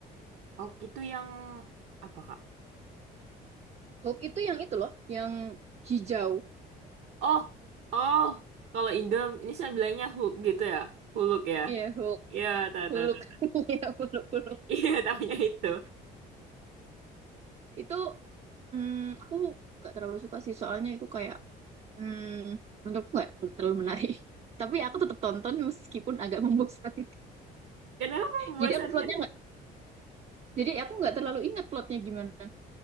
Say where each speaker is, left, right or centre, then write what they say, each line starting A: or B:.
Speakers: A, on the right (about 75°); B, on the right (about 40°).
A: Oh, itu yang apa, Kak?
B: Hulk itu yang itu loh yang hijau
A: Oh, oh. Kalau Indo ini saya bilangnya Hulk gitu ya. Hulk ya.
B: iya Hulk
A: Iya, tahu
B: Hulk
A: tahu tahu. <laughs>
B: <laughs> iya Hulk Hulk
A: Iya, tahunya itu.
B: itu hmm, aku nggak terlalu suka sih soalnya itu kayak hmm, menurutku nggak terlalu menarik <laughs> tapi aku tetap tonton meskipun agak <laughs> membosankan
A: Kenapa membosankan?
B: Jadi aku plotnya nggak, jadi aku nggak terlalu ingat plotnya gimana.